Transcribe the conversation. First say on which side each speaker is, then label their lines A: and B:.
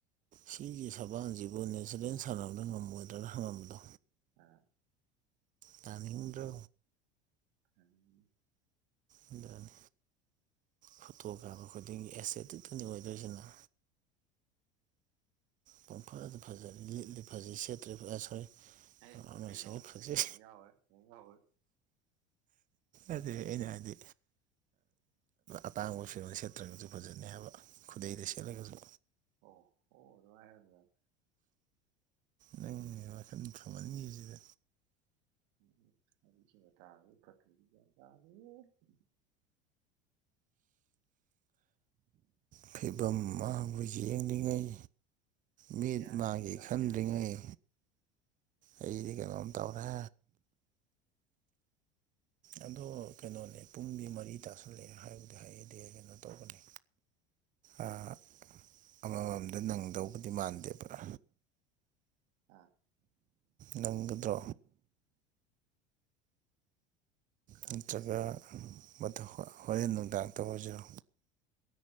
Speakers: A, on the right; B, on the right.
A: ꯁꯤꯒꯤ ꯁꯕꯥꯡꯁꯤꯕꯨ ꯅꯦꯆꯔꯦꯜ ꯁꯥꯟꯅꯕꯗ ꯉꯝꯃꯣꯏꯗ꯭ꯔꯅ ꯍꯪꯉꯝꯕꯗꯣ
B: ꯑꯥ
A: ꯇꯥꯅꯤꯡꯗ꯭ꯔꯣ
B: <unintelligible>
A: ꯑꯗꯨꯅꯤ ꯐꯣꯇꯣ ꯀꯥꯕ ꯈꯨꯗꯤꯡꯒꯤ <unintelligible> ꯑꯣꯏꯗꯣꯏꯁꯤ ꯅꯪ ꯄꯪ ꯐꯥꯗ ꯐꯖꯔꯦ ꯂꯤꯠꯂꯤ ꯐꯖꯩ ꯁꯦꯠꯇ꯭ꯔꯦ ꯐꯖꯩ ꯑꯦ ꯁꯣꯔꯤ
B: ꯑꯦ ꯀꯩꯅꯣ
A: ꯑꯃ
B: ꯀꯩꯅꯣ
A: ꯁꯦꯠꯂꯤ
B: ꯌꯥꯎꯈ꯭ꯔꯦ
A: ꯐꯖꯩ
B: ꯌꯥꯎꯈ꯭ꯔꯦ ꯀꯩꯅꯣ ꯌꯥꯎꯈ꯭ꯔꯦ
A: ꯑꯗꯨꯗ ꯑꯩꯅ ꯍꯥꯢꯗꯤ ꯑꯇꯥꯡꯕ ꯐꯤꯔꯣꯟ ꯁꯦꯠꯇ꯭ꯔꯒꯁꯨ ꯐꯖꯅꯤ ꯍꯥꯏꯕ ꯈꯨꯗꯩꯗ ꯁꯦꯠꯂꯒꯁꯨ
B: ꯑꯣ ꯑꯣ ꯑꯗꯨꯃꯥꯢꯅ ꯍꯥꯢꯌꯨꯗꯅ
A: ꯅꯪꯅ ꯋꯈꯥꯜ ꯐꯃꯥꯜꯈꯤꯕꯁꯤꯅ
B: <unintelligible> <unintelligible> <unintelligible> <unintelligible>
A: ꯐꯤꯚꯝ ꯃꯪꯕ ꯍꯥꯢꯁꯤ ꯌꯦꯡꯂꯤꯉꯩ ꯃꯤꯠ
B: ꯒ꯭ꯌꯥꯟ
A: ꯃꯥꯒꯦ
B: ꯃꯦꯟꯒ ꯇꯥꯗꯦ
A: ꯈꯟꯗ꯭ꯔꯤꯉꯩ ꯑꯩꯗꯤꯀꯩꯅꯣꯝ ꯇꯧꯔꯦ ꯑꯗꯣ ꯀꯩꯅꯣꯅꯦ ꯄꯨꯡꯗꯤ ꯃꯔꯤ ꯇꯥꯁꯜꯂꯛꯑꯦ ꯍꯥꯏꯕꯨꯗꯤ ꯍꯥꯏꯌꯦꯢꯗꯦ ꯀꯩꯅꯣ ꯇꯧꯕꯅꯦ ꯑꯥ ꯑꯃꯃꯝꯗ ꯅꯪꯗꯧꯕꯗꯤ ꯃꯥꯟꯗꯦꯕ꯭ꯔꯥ
B: ꯑꯥ
A: ꯅꯪꯒꯗ꯭ꯔꯣ
B: ꯈꯪꯗ꯭ꯔꯦ
A: ꯅꯠꯇ꯭ꯔꯒ ꯃꯊ ꯍꯣꯔꯦꯟ ꯅꯨꯡꯗꯥꯡ ꯇꯧꯔꯖꯤꯔꯣ